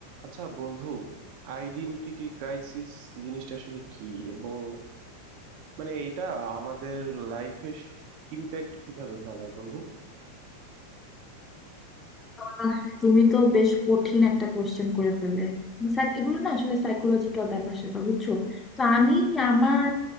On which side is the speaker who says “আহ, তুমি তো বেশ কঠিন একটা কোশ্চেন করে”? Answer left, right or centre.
Left